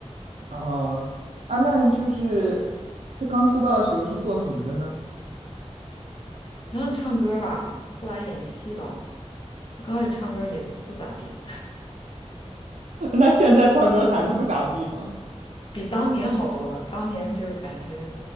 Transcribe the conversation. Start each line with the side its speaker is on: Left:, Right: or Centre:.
Right: 啊啊，那就是她刚出道的时候是做什么的呢？
Left: 像唱歌吧，后来演戏了。他刚开始唱歌也不咋地，<laughs>
Right: <laughs> 那现在唱歌还是不咋地吗？
Left: 比当年好多了。当年就是感觉